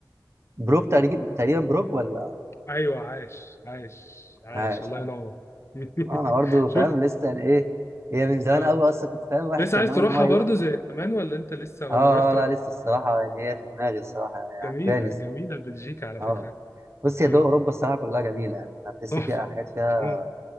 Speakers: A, on the right (about 35°); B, on the left (about 35°).
A: بروك تقريبا تقريبا بروك ولا
B: ايوه عايش عايش عايش
A: عايش
B: الله ينور <laughs>
A: انا برضه فاهم
B: شوف
A: لسه يعني ايه هي من زمان
B: اه
A: قوي اصلا كنت فاهم واحد
B: لسه
A: كان
B: عايز
A: ناوي
B: تروحها
A: ان هو يروح
B: برضو زي زمان ولا انت لسه ولا
A: اه
B: غيرت
A: آه، لا
B: رأيك
A: لسه الصراحه يعني هي في دماغي الصراحه يعني عجباني
B: جميلة
A: الصراحه
B: جميلة بلجيكا على
A: اه
B: فكرة
A: بص هي
B: مم.
A: دول اوروبا الصراحه كلها جميله يعني هتحس
B: تحفة
A: فيها حاجات فيها
B: مم.